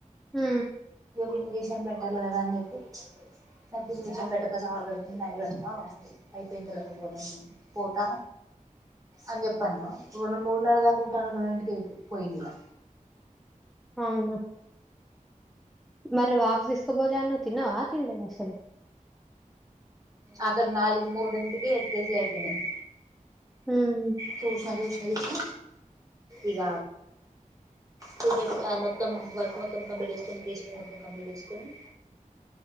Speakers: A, in the centre; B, on the right.
A: హ
B: ఇ చేషన్ పెట్టలే కద అతే సం బటక సారుడుతుందియి వెడతా అయిపోయిందిక పోతా అని చెప్పన్న రెడు మూడున్నెల దాకుంటాను రెండింటికి వెకి పోయినగా
A: అవునా మరి వాక్సిసుకు పోలె అన్నావ్ తిన్నావా తిన్లేదా అసలు
B: అక్కడ నాలుగు మూడింటికి ఎ కేజీలు అయిపోయినాయి
A: ఉమ్
B: సూచన దూచన వితే ఇగ పెజెపి ఆ మొత్తం వర్క్ మొత్తం కంప్లీట్ చేసుకుని పీసీటు మొత్తం కంప్లీట్ చేసుకుని